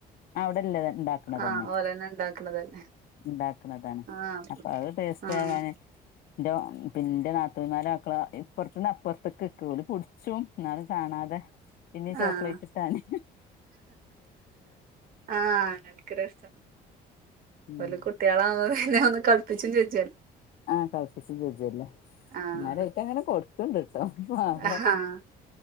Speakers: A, on the left; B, on the right.
A: അവിടല്ലേ ഉണ്ടാക്കണ
B: ആഹ്
A: തന്നെ
B: ഓലെന്നെ ഇണ്ടാക്ക്ണതല്ലേ
A: ഇണ്ടാക്കണതാണ്
B: ആഹ്
A: അപ്പൊ അത് ടേസ്റ്റ്
B: ആഹ്
A: ആകാന് ന്റാ പിന്റാ നാത്തൂന്മാര മക്കളാ ഇപ്പർ ന്നാ അപ്പർത്തുക്ക് ഇട്ട് ഓല് പിടിച്ചും എന്നാലും കാണാതെ പിന്നെ ചോക്ലേറ്റ്
B: ആഹ്
A: കിട്ടാന്
B: ആഹ് അങ്ങനെക്കെ രസ
A: ഉം
B: ഓല് കുട്ടികളാവുംമ്പ പിന്നെ ഒന്ന് കളിപ്പിച്ചും ചിരി
A: ആഹ് കളിപ്പിച്ചും ചിരിച്ചുവെല്ല
B: ആഹ്
A: എന്നാലായിട്ട് അങ്ങനെ കൊടുക്ക്ണ്ട് <unintelligible> പാവം
B: ആഹ്